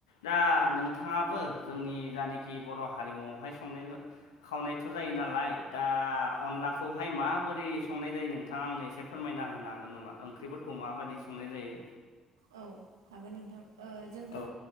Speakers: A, on the left; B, on the right.
A: दा नोंथाङाबो जोंनि जानाखि बर' हारिमुआवहाय संनाय खावनायथ' जायो नालाय ओ अनलाखौहाय माबोरै संनाय जायो नोंथाङा आंनो एसे फोरमायना होनो हागोन नामा? ओंख्रिफोरखौ माबायदि संनाय जायो।
B: औ हागोन नोंथां ओ जोंथ'
A: औ